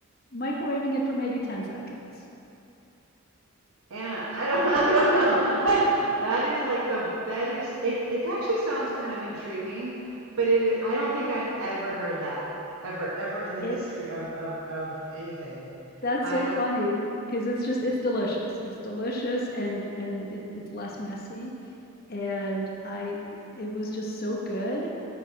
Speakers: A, on the left; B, on the right.
A: microwaving it for maybe 10 seconds.
B: Anna, I don't, <laughs> I don't know. I don't- that is like the, that is, it's, it's actually sounds kind of intriguing, but it, I don't think I've ever heard that ever, ever in the
A: It
B: history of, of, of anything.
A: that's
B: I
A: so
B: don't,
A: funny because it's just it's delicious. It's delicious and and it it's less messy. And I it was just so good.